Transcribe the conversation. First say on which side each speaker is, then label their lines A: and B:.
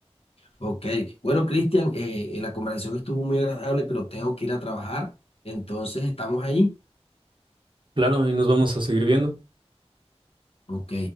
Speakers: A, on the left; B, on the right.
A: Ok, bueno, Cristian, eh, eh, la conversación estuvo muy agradable, pero tengo que ir a trabajar, entonces estamos ahí.
B: Claro, y nos vamos a seguir viendo.
A: Ok.